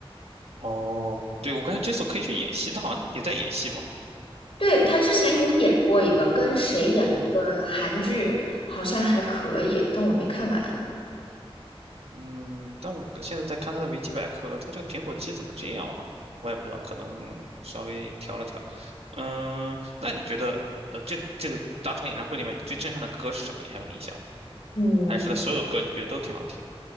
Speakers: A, on the right (about 80°); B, on the left (about 60°).
A: 哦，对，我感觉 j i s o 可以去演戏，他好像也在演戏嘛。
B: 对，他之前有演过一个，
A: 嗯，
B: 跟谁演了一个韩剧，
A: 天呐，
B: 好像还可以，但我没看完。
A: 嗯，但我可现在在看他的维基百科，他这个苹果肌怎么这样了？我也不知道，可能稍微调了调。嗯，那你觉得，呃，这这个当场演唱会里面，你最震撼的歌是什么？你还有印象吗？
B: 嗯，
A: 还是他所有歌你觉得都挺好听？